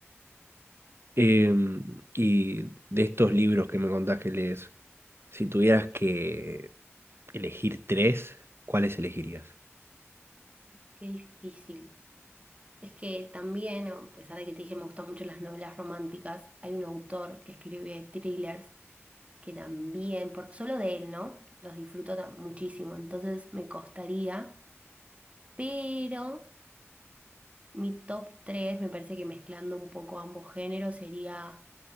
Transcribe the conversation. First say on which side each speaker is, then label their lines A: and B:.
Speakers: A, on the right; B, on the right.
A: Em, y de estos libros que me contás que lees, si tuvieras que elegir tres, ¿cuáles elegirías?
B: Qué difícil. Es que también, a pesar de que te dije me gustan mucho las novelas románticas, hay un autor que escribe thrillers que también, por, solo de él, ¿no? Los disfruto ta- muchísimo, entonces me costaría, pero mi top 3 me parece que mezclando un poco ambos géneros, sería